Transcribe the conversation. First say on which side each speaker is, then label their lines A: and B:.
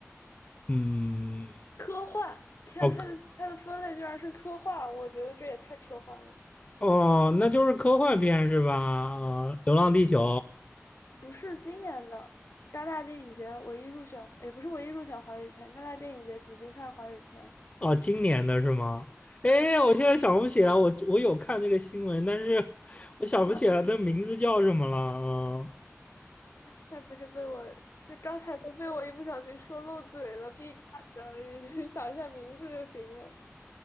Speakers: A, on the left; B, on the left.
A: 嗯，
B: 科幻，天，
A: 哦
B: 它的它的分类居然是科幻，我觉得这也太科幻了。
A: 哦，那就是科幻片是吧？啊、流浪地球》
B: 不是今年的戛纳电影节唯一入选，也不是唯一入选华语片，戛纳电影节主竞赛华语片。
A: 哦，今年的是吗？哎，
B: 对，
A: 我现在想不起来，我我有看那个新闻，但是我想不起来的名字叫什么了啊、
B: <laughs>
A: 哦
B: 那不是被我这刚才都被我一不小心说漏嘴了，B 站的，你去想一下名字就行了，